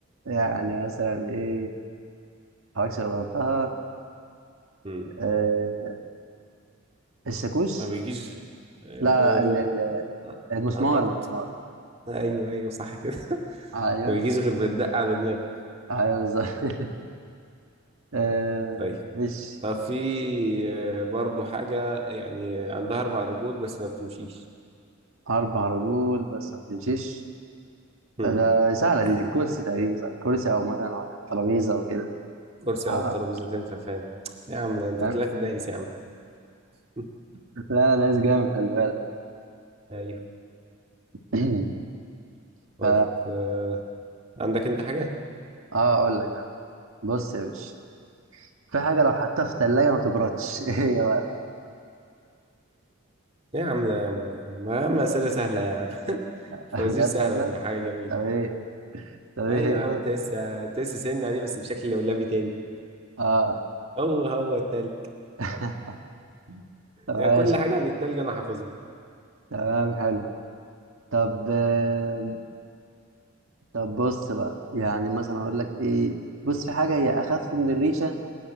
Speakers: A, on the right; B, on the right.
A: يعني مثلا ايه ما تتحركش غير لو قلتها
B: مم.
A: آه الشاكوش
B: ما بيجيش آه
A: لا ال- ال- المسمار
B: قربت
A: المسمار
B: ايوه ايوه صح كده <laughs>
A: ايوه
B: ما بيجيش غير بالدق على دماغك
A: ايوه بالظبط <laughs> آه
B: <laughs> طيب
A: ايش
B: طب في آه، برضو حاجة يعني عندها أربع رجول بس ما بتمشيش
A: اربع رجول بس ما بتمشيش
B: هم.
A: ده ده سهلة دي,
B: <clears throat>
A: دي الكرسي تقريبا صح؟ كرسي او مثلا ترابيزة او كده
B: كرسي
A: اه
B: أو الترابيزة تنفع فين يا عم ده أنت
A: فاهم؟
B: طلعت دايس يا عم <laughs>
A: لا لا ده جامد خلي بالك
B: أيوه
A: <clears throat>
B: طيب
A: ف
B: آه، عندك أنت حاجة
A: اه اقول لك انا بص يا باشا في حاجه لو حطيتها في الثلاجه ما تبردش <laughs> ايه هي بقى
B: يا عم ده يا عم ما ما أسئلة سهلة يا عم <laughs> فوازير
A: بجد
B: سهلة
A: والله
B: وحاجة جميلة
A: طب ايه طب ايه
B: أيوه
A: هي
B: يا
A: طيب
B: عم أنت لسه أنت لسه سن عليه بس بشكل لولبي تاني
A: اه
B: هو هو التلج
A: <laughs> طب عايش
B: يعني كل
A: والله
B: حاجة عن التلج أنا حافظها
A: تمام حلو طب آه، طب بص بقى يعني مثلا اقول لك ايه بص في حاجه هي اخف من الريشه